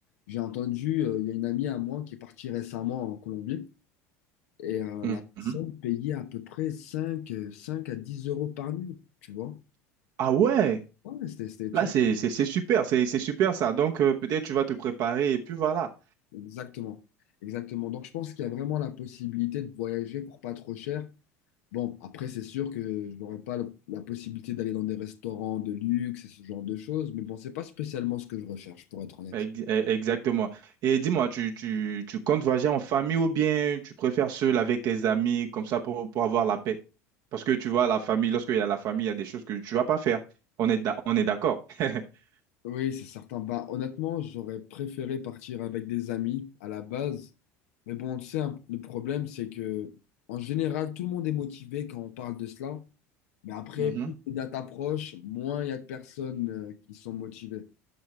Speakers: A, on the left (about 75°); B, on the right (about 55°).
A: J'ai entendu, euh, il y a une amie à moi qui est partie récemment en Colombie. Et euh,
B: Mhm.
A: la personne payait à peu près 5 euh, 5 à 10 euros par nuit, tu vois.
B: Ah ouais,
A: Ouais, c'était, c'était- tu
B: là
A: vois,
B: c'est c'est c'est super, c'est c'est super ça. Donc euh, peut-être tu vas te préparer et puis voilà.
A: exactement. Exactement. Donc, je pense qu'il y a vraiment la possibilité de voyager pour pas trop cher. Bon, après, c'est sûr que je n'aurais pas le- la possibilité d'aller dans des restaurants de luxe et ce genre de choses, mais bon, c'est pas spécialement ce que je recherche, pour être honnête.
B: Ex- e- Exactement. Et dis-moi, tu, tu, tu comptes voyager en famille ou bien tu préfères seul avec tes amis comme ça pour, pour avoir la paix? Parce que tu vois, la famille, lorsqu'il y a la famille, il y a des choses que tu vas pas faire. On est, d'a- on est d'accord. <laughs>
A: Oui, c'est certain. Bah, honnêtement, j'aurais préféré partir avec des amis à la base. Mais bon, tu sais, hein, le problème, c'est que en général, tout le monde est motivé quand on parle de cela. Mais après,
B: Mhm.
A: plus les dates approchent, moins il y a de personnes euh, qui sont motivées.